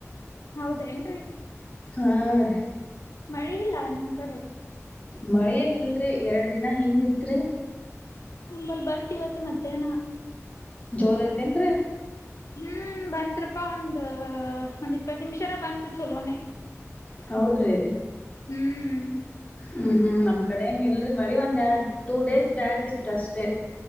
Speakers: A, on the left (about 75°); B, on the left (about 25°).
A: ಹೌದೇನ್ೀ
B: ಹಾ ರೀ
A: ಮಳೆ ಇಲ್ಲ ನಿಮ <unintelligible> ಕಡೆ <unintelligible>
B: ಮಳೇನ್ ಇಲ್ರಿ ಎರಡ್ ದಿನ ಹಿಂದ್ಿತ್ರಿ
A: ನಂಬಲ್ಲಿ ಬಂದ ಇವತ್ತು ಮಧ್ಯಾಹ್ನ
B: ಜೋರ ಐತೆೇನ್ರೀ
A: ಹ್ಮ್ ಬಂತ್ರಪ್ಪಾ ಒಂದ ಒಂದ್ ಇಪ್ಪತ್ತು ನಿಮಿಷಾರ ಬಂತು ಚಲೋನೇ
B: ಹೌದ್ರಿ
A: ಹ್ಮ್
B: ಹ್ಮ್ ಹ್ಮ್ ನಮ್ಮ <unintelligible> ಗಡನ್ ಇಲ್ರಿ ಮಳಿ ಒಂದ್ ಎರಡು ಟೂ ಡೇಸ್ ಬ್ಯಾಕ್ ಇತ್ ಅಷ್ಟೇ